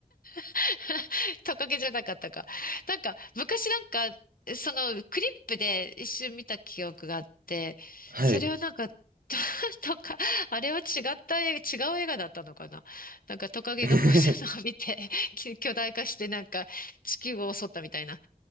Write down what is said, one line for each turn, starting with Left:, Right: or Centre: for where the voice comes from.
Left: <laughs> トカゲじゃなかったか。なんか、昔なんか、その、クリップで一瞬見た記憶があって、
Right: はい。
Left: それをなんか、と、<laughs> とか、あれは違った映画、違う映画だったのかななんかトカゲが放射能を浴びて、
Right: <laughs>
Left: <laughs> き巨大化してなんか地球を襲ったみたいな。